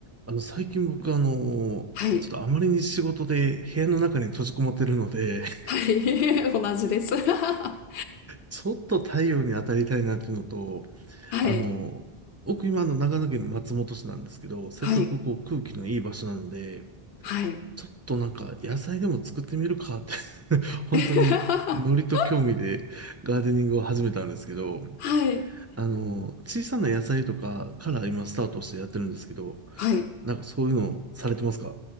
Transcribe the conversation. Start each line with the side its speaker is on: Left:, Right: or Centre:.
Right: あの、最近僕あの、
Left: はい。
Right: ちょっとあまりに仕事で部屋の中に閉じこもってるので、<laughs>
Left: はい。<laughs> 同じです。<laughs> は
Right: ちょっと太陽に当たりたいなっていうのと、
Left: い。
Right: あの、僕今あの長野県の松本市なんですけど、せっかくこう空気のいい場所なので、
Left: はい。はい。
Right: ちょっとなんか野菜でも作ってみるかって <laughs> 本当にノリと興味でガーデニングを始めたんですけど、
Left: <laughs> はい。
Right: あの、小さな野菜とかから今スタートしてやってるんですけど、
Left: はい。
Right: なんかそういうのされてますか